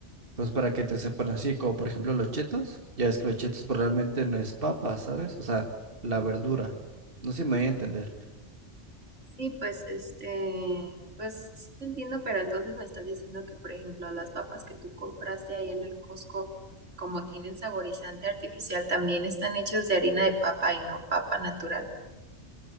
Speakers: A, on the right (about 50°); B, on the right (about 85°).
A: Pues para que te sepan así, como por ejemplo los chetos, ya es que los chetos pues, realmente no es papa, ¿sabes? O sea, la verdura. No sé si me voy a entender.
B: Sí, pues este, pues sí te entiendo, pero entonces me estás diciendo que, por ejemplo, las papas que tú compraste ahí en el Costco, como tienen saborizante artificial, también están hechas de harina de papa y no papa natural.